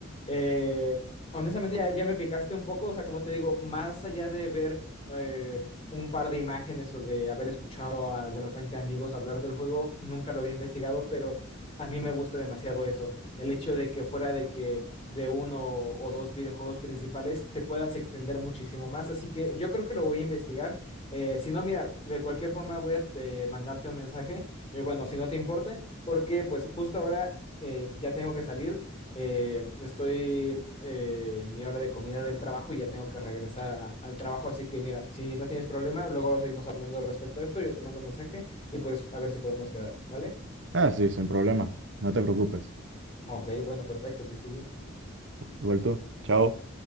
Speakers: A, on the left; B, on the right.
A: Eh, honestamente ya, ya me picaste un poco, o sea, como te digo, más allá de ver... Eh, un par de imágenes o de haber escuchado a, de repente amigos hablar del juego, nunca lo había investigado, pero a mí me gusta demasiado eso, el hecho de que fuera de que de uno o dos videojuegos principales te puedas extender muchísimo más, así que yo creo que lo voy a investigar, Eh, si no, mira, de cualquier forma voy a eh, mandarte un mensaje, Eh, bueno, si no te importa, porque pues justo ahora eh, ya tengo que salir, eh, estoy eh, en mi hora de comida del trabajo y ya tengo que regresar a- al trabajo, así que mira, si no tienes problema, luego seguimos hablando respecto a esto, yo te mando mensaje y pues a ver si podemos quedar, ¿vale?
B: Ah, sí, sin problema, no te preocupes.
A: Ok, bueno, perfecto, que estés bien.
B: Igual tú, chao.